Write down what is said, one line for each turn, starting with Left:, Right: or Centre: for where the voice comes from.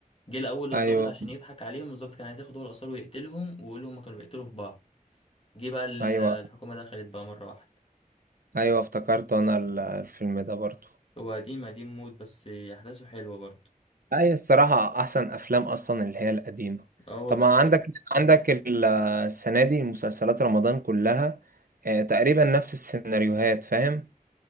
Left: جه الاول الضابط
Right: ايوه
Left: عشان يضحك عليهم الضابط كان عايز ياخد هو الاثار ويقتلهم ويقول لهم كانوا بيقتلوا في بعض جه بقى ال-
Right: ايوه
Left: الحكومه دخلت بقى مره واحده
Right: ايوه افتكرت انا ال- الفيلم ده برضو
Left: هو قديم قديم موت بس احداثه حلوه برضه
Right: لا، هي الصراحة احسن افلام اصلا اللي هي القديمة
Left: اه والله
Right: طبعا
Left: بتلاقي
Right: عندك عندك ال- السنة دي مسلسلات رمضان كلها آه، تقريبا نفس السيناريوهات فاهم